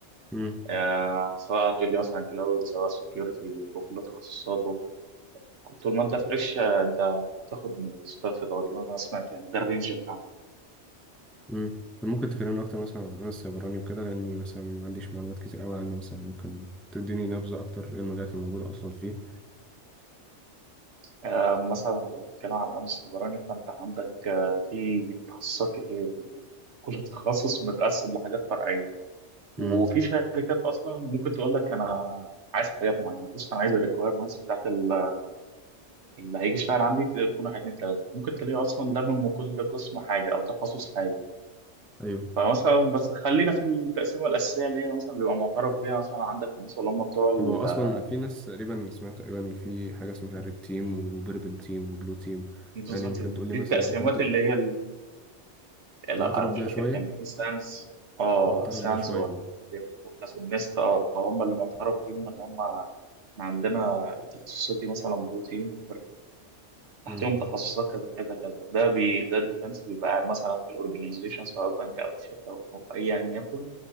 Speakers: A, in the centre; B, on the right (about 70°).
A: مم.
B: آه، سواء هتقول لي مثلا كلاود سواء سكيورتي بكل تخصصاته طول ما انت فريش آه، انت هتاخد من الستارت دوت اللي انا سمعته يعني ده الرينج بتاعنا
A: مم. طب ممكن تكلمني أكتر مثلا عن السيبراني وكده لأني مثلا ما عنديش معلومات كتير أوي عنه مثلا ممكن تديني نبذة أكتر إيه المجالات الموجودة أصلا فيه
B: آه، مثلا لو بنتكلم على الامن السيبراني فانت عندك آه، في تخصصات كتير وكل تخصص متقسم لحاجات فرعيه وفي
A: مم.
B: شركات اصلا ممكن تقول لك انا عايز حاجات معينه بص انا عايز الريكويرمنتس بتاعت ال- اللي هيجي يشتغل عندي تكون واحد اتنين تلاته ممكن تلاقيه اصلا لمم من كل قسم حاجه او تخصص حاجه
A: أيوه
B: فمثلا بس خلينا في التقسيمه الاساسيه اللي هي مثلا بيبقى معترف بيها مثلا عندك الناس اللي هم بتوع ال-
A: طب هو أصلا في ناس تقريبا أنا سمعت تقريبا إن في حاجة اسمها ريد تيم وبيربل تيم وبلو تيم
B: بالظبط
A: يعني ممكن تقولي
B: دي
A: مثلا
B: التقسيمات
A: ممكن
B: اللي هي ال- لا
A: معترف
B: مش
A: بيها
B: فاكر
A: شوية
B: كان ايه سانز اه
A: معترف
B: سانز
A: بيها شوية
B: ولا تقريباً ولا في النست اه هم اللي معترف بيهم ان هم إحنا عندنا التخصصات دي مثلا بلو تيم تحتهم
A: مم.
B: تخصصات كذا كذا كذا ده بي ده ديفنس بيبقى قاعد مثلا في الاورجنايزيشن سواء بنك او في شركه او أو ايا يكن